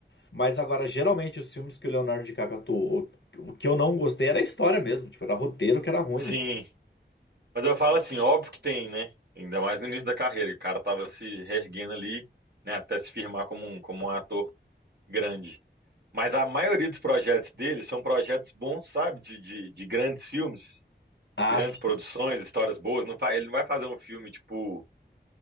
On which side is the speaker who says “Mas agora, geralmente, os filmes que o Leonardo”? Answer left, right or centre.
Left